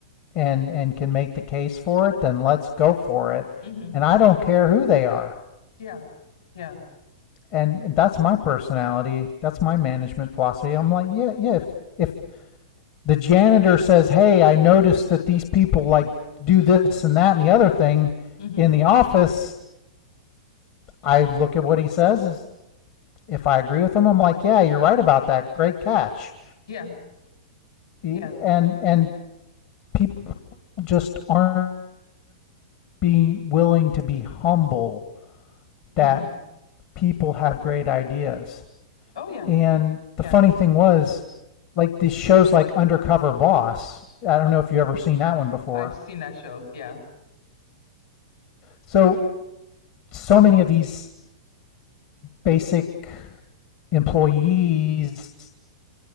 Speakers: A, on the left; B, on the left.
A: and and can make the case for it, then let's go for it.
B: hmm
A: And I don't care who they are.
B: Yeah. Yeah.
A: And, and that's my personality. That's my management philosophy. I'm like, yeah, yeah. If if the janitor says, "Hey, I noticed that these people like do this and that and the other thing
B: hmm
A: in the office," I look at what he says. If I agree with him, I'm like, "Yeah, you're right about that. Great catch."
B: Yeah.
A: E,
B: Yeah.
A: And and people just aren't be willing to be humble
B: hmm
A: that people have great ideas.
B: Oh yeah.
A: And the
B: Yeah,
A: funny thing was, like these shows like Undercover Boss, I don't know if you've ever seen that one before.
B: I've seen that show. Yeah.
A: So, so many of these basic employees